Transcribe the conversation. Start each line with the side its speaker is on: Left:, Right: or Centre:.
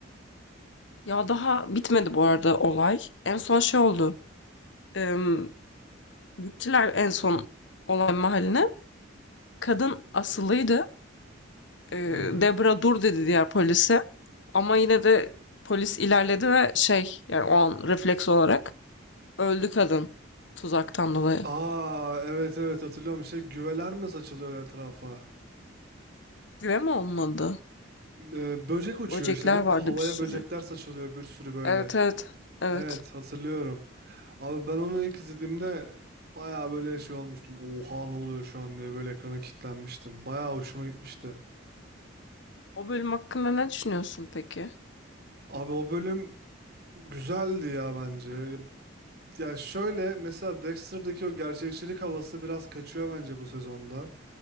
Left: Ya daha bitmedi bu arada olay. En son şey oldu. Em, gittiler en son olay mahalline. Kadın asılıydı. Ee,
Right: Hı hı.
Left: Debra dur dedi diğer polise. Ama yine de polis ilerledi ve şey yani o an refleks olarak öldü kadın tuzaktan dolayı.
Right: Aa evet evet hatırlıyorum. Şey güveler mi saçılıyor etrafa?
Left: Güve mi olmadı?
Right: Ee, böcek uçuyor
Left: Böcekler
Right: işte değil
Left: vardı
Right: mi? Havaya
Left: bir sürü.
Right: böcekler saçılıyor bir sürü böyle.
Left: Evet evet evet.
Right: Evet hatırlıyorum. Abi ben onu ilk izlediğimde bayağı böyle şey olmuştum. Oha ne oluyor şu an diye böyle ekrana kilitlenmiştim. Bayağı hoşuma gitmişti.
Left: O bölüm hakkında ne düşünüyorsun peki?
Right: Abi o bölüm güzeldi ya bence. Ya şöyle mesela Dexter'daki o gerçekçilik havası biraz kaçıyor bence bu sezonda.